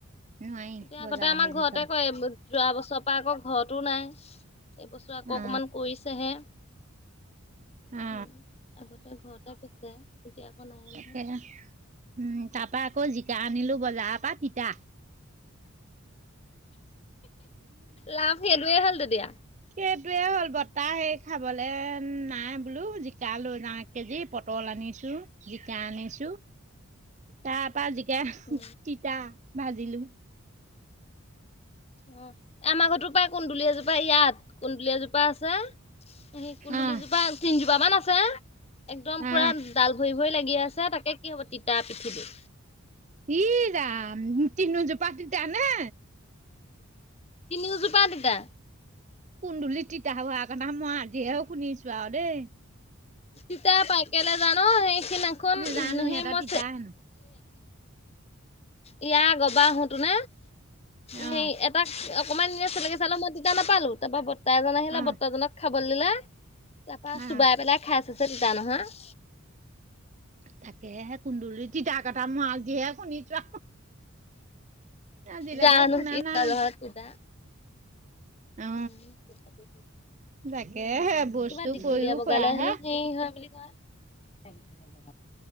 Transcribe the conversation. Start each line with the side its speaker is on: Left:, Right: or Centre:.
Right: নোৱাৰি
Left: এতিয়া আগতে
Right: বজাৰৰ
Left: আমাৰ
Right: হালধি
Left: ঘৰতে
Right: খাব
Left: কয়, যোৱা বছৰৰ পৰা আকৌ ঘৰতো নাই। এই বছৰ আকৌ
Right: অ
Left: অকণমান কৰিছেহে।
Right: অ
Left: উম, আগতে ঘৰতেই <unintelligible> এতিয়া আকৌ নাই
Right: তাকে
Left: নহয়।
Right: উম, তাৰ পৰা আকৌ জিকা আনিলো বজাৰৰ পৰা। তিতা।
Left: লাভ সেইটোৱেই হ'ল তেতিয়া।
Right: সেইটোৱেই হ'ল বত্তা সেই খাবলে নাই বোলো জিকা লৈ যাওঁ। কেজি পটল আনিছো জিকা আনিছো তাৰ পা জিকা
Left: অ',
Right: তিতা ভাজিলো।
Left: অ', আমাৰ ঘৰো পৰাায় কুন্দুলি এজোপা ইয়াত কুন্দুলি এজোপা আছে। কুন্দুলিজোপা
Right: অ
Left: তিনজোপা মান আছে একদম
Right: অ
Left: পুৰা ডাল ভৰি ভৰি লাগি আছে তাকে কি হ'ব তিতা পিঠিলি।
Right: ই ৰাম তিনি জোপা তিতা নে?
Left: তিনিও জোপা তিতা।
Right: কুন্দুলি তিতা হোৱাৰ কথা মই আজিহেও শুনিছো আৰু দেই।
Left: তিতা পাইকেলে যা ন সেইখিদিনাখন
Right: নেজানো
Left: সেই
Right: সিহঁতৰ
Left: মই।
Right: তিতা হেনো
Left: ইয়াৰ গবা আহোতো ন সেই।
Right: অ
Left: তাক অকমান দিনে চেকি চালো মই তিয়া নাপালো তাৰ পৰা ব্তা এজন আহিলে
Right: অ
Left: ব্তাজনক খাব বল দিলে তাৰ পৰা
Right: অ
Left: চোবাই পেলাই খাই চছে তিতা নহয়।
Right: তাকে কুন্দুলি তিতা কটা ম আজিহে শুনিছোৱা। আজিলকে
Left: জানো
Right: শুনা
Left: কি হয়
Right: নাই
Left: জহত তিতা <inaudible>
Right: অ তাকেহে বস্তু
Left: কিবা দীঘলীয়া
Right: কৰিও
Left: বগালে
Right: খোৱাহে
Left: হেনো হেৰি হয় বুলি কয়।